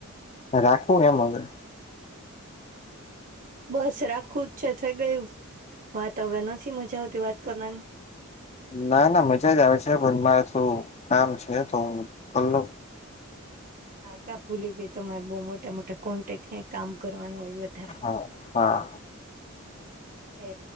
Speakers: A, on the left; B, on the right.
A: રાખવું એમ હવે.
B: બસ રાખું જ છે થઈ ગયું, વાત હવે નથી મજા આવતી વાત કરવાની?
A: ના ના મજા જ આવે છે પણ મારે થું કામ છે તો કરલવ.
B: હા કા ભૂલી ગઈ તમારે બહ મોટા મોટા કોન્ટેક્ટ હે કામ કરવાનું હોય વધારે.
A: હા હા.
B: એ